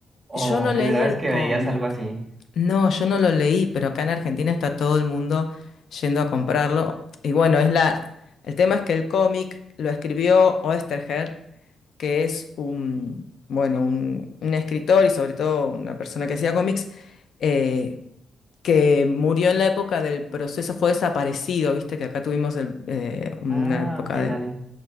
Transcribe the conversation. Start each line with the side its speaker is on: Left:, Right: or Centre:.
Right: ¿O
Left: Yo no
Right: primera
Left: leí el
Right: vez que
Left: cómic.
Right: veías algo así?
Left: No, yo no lo leí, pero acá en Argentina está todo el mundo yendo a comprarlo. Y bueno, es la, el tema es que el cómic lo escribió Oesterheld, que es un, bueno, un, un escritor y sobre todo una persona que hacía cómics, eh, que murió en la época del proceso, fue desaparecido, viste que acá tuvimos el- eh, una
Right: Ah,
Left: época
Right: ok,
Left: de
Right: dale,